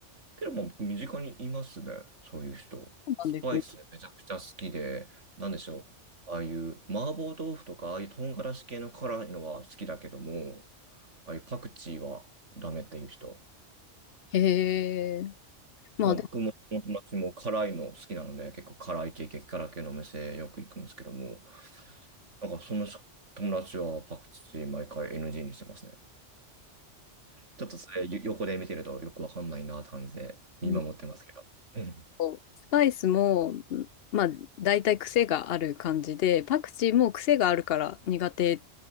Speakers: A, on the right; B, on the left.
A: けども僕身近にいますね、そういう人。
B: そうなんですね。
A: スパイスめちゃくちゃ好きで、なんでしょう。ああいう麻婆豆腐とか、ああいう唐辛子系の辛いのは好きだけども、ああいうパクチーはダメっていう人。
B: へえ。まあでも、
A: まあ僕も友達も辛いの好きなので、結構辛い系、激辛系のお店よく行くんですけども、なんかその友達はパクチー毎回 NG にしてますね。ちょっとそれよ横で見てるとよくわかんないなって感じで見守ってますけど。
B: うん
A: <laughs>
B: とスパイスも、うんまあ大体癖がある感じで、パクチーも癖があるから苦手っ